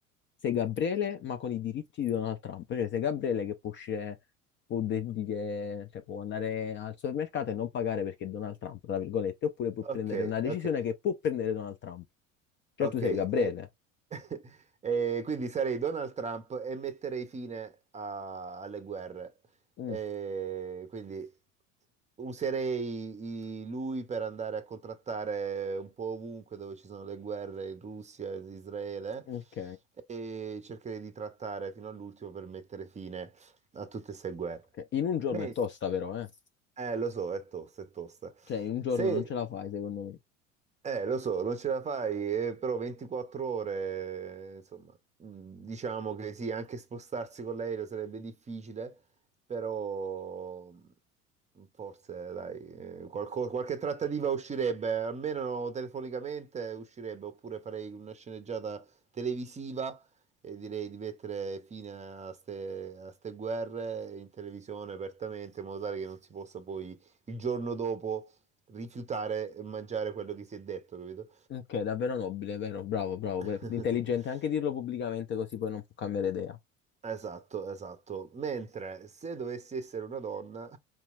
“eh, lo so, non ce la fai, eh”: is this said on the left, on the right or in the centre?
Right